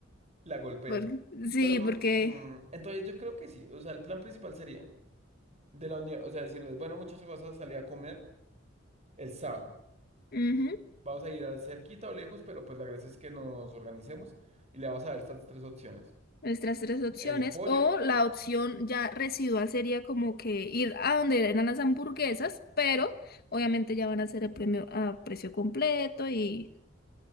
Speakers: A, on the right (about 35°); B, on the left (about 50°).
A: la golpean.
B: por- sí,
A: Pero,
B: porque...
A: mm, entonces yo creo que sí, o sea, el plan principal sería de la unión, o sea, decirles, bueno, muchachos, vas a salir a comer el sábado.
B: ujú.
A: Vamos a ir al cerquita o lejos, pero pues la gracia es que nos organicemos y le vamos a dar estas tres opciones.
B: Nuestras tres opciones.
A: El pollo,
B: O la opción ya residual sería como que ir a donde eran las hamburguesas, pero obviamente ya van a ser el premio a precio completo y,